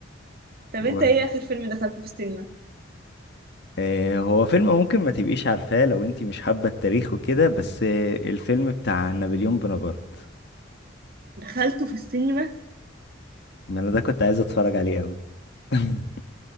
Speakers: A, on the right; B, on the left.
A: طب
B: و...
A: انت ايه اخر فيلم دخلته في السينما
B: آه هو فيلم ممكن ما تبقيش عارفاه لو انت مش حابة التاريخ وكده بس آه الفيلم بتاع نابليون بونابرت
A: دخلته في السينما
B: ما انا ده كنت عايز اتفرج عليه قوي <laughs>